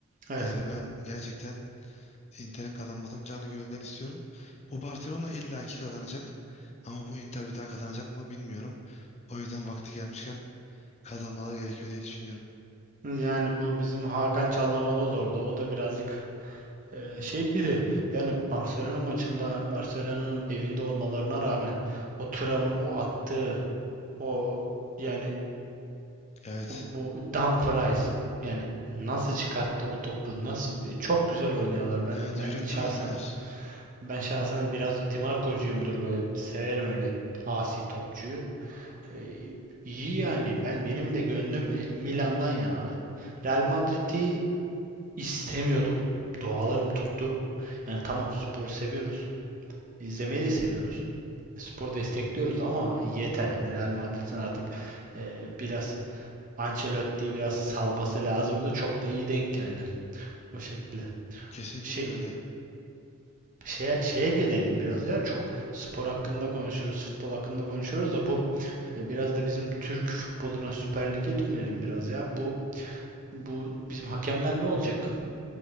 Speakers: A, on the right; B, on the left.
A: Evet.
B: Yani ben gerçekten Inter'in kazanmasını canı gönülden istiyorum. Bu Barcelona illaki kazanacak. Ama bu Inter bir daha kazanacak mı bilmiyorum. O yüzden vakti gelmişken kazanmalar gerekiyor diye düşünüyorum.
A: Yani bu bizim Hakan Çalhanoğlu da orada. O da birazcık Ee, şey bir de yani Barcelona maçında Barcelona'nın evinde olmalarına rağmen o Thuram'ın o attığı o yani
B: Evet.
A: o- bu Dumfries yani nasıl çıkarttı o topu nasıl çok güzel oynuyorlar. Ben
B: Evet
A: ben
B: yürekten
A: şahsen
B: oynuyorlar.
A: ben şahsen biraz da Di Marco'cuyumdur böyle severim öyle asi topçuyu. Ee, iyi yani ben benim de gönlüm e, Milan'dan yana. Real Madrid'i istemiyordum. Dualarım tuttu. Yani tamam sporu seviyoruz. izlemeyi de seviyoruz. E, Spor destekliyoruz ama yeter yani. Real Madrid'in artık e, biraz Ancelotti'yi biraz salması lazımdı. Çok da iyi denk geldi o şekilde.
B: Kesinlikle
A: Şey,
B: öyle.
A: şeye, şeye gelelim biraz ya. Çok spor hakkında konuşuyoruz, futbol hakkında konuşuyoruz da bu e, biraz da bizim Türk futboluna Süper Lig'e dönelim biraz ya. Bu bu bizim hakemler ne olacak?